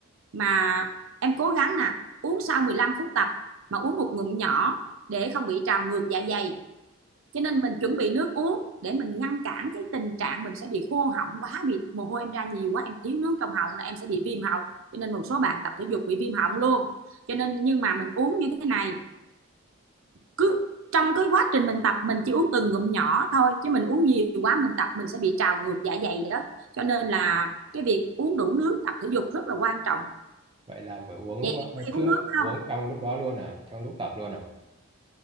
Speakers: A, on the right; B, on the right.
A: mà em cố gắng nè uống sau 15 phút tập mà uống một ngụm nhỏ để không bị trào ngược dạ dày cho nên mình chuẩn bị nước uống để mình ngăn cản cái tình trạng mình sẽ bị khô họng quá bị mồ hôi em ra nhiều quá em thiếu nước trong họng là em sẽ bị viêm họng cho nên một số bạn tập thể dục bị viêm họng luôn cho nên nhưng mà mình uống như thế này cứ trong cái quá trình mình tập mình chỉ uống từng ngụm nhỏ thôi chứ mình uống nhiều quá mình tập mình sẽ bị trào ngược dạ dày đó cho nên là cái việc uống đủ nước tập thể dục rất là quan trọng
B: vậy là phải uống
A: vậy em có
B: ờ,
A: hay
B: trước
A: uống nước không
B: uống trong lúc đó luôn à trong lúc tập luôn à